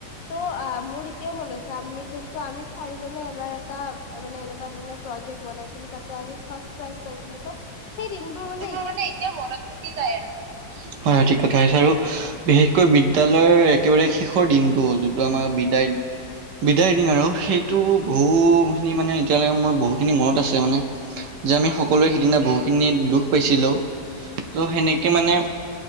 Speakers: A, on the left; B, on the right.
A: ত' আ মোৰ এতিয়াও মনত আছে আমি যোনটো আমি চাৰিজনে এবাৰ এটা মানে এনেকুৱা ধৰণৰ প্ৰজেক্ট বনাইছিলো তাতে আমি ফাৰ্ষ্ট প্ৰাইজ পাইছিলো ত' সেই দিনবোৰ মানে
B: মোৰ মানে এতিয়া মনত থাকি যায় আৰু। বিশেষকৈ বিদ্যালয়ৰ একেবাৰে শেষৰ দিনটো যোনটো আমাৰ বিদায় বিদায়ৰ দিন আৰু সেইটো বহুখিনি মানে এতিয়ালৈকে মোৰ বহুখিনি মনত আছে মানে যে আমি সকলোৱে সিদিনা বহুখিনি দুখ পাইছিলো ত' সেনেকে মানে